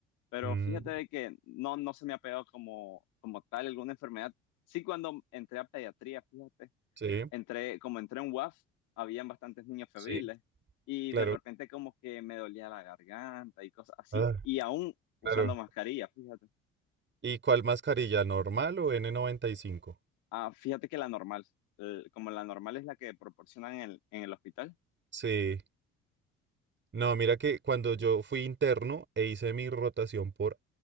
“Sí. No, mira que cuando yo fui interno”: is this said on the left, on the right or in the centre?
Right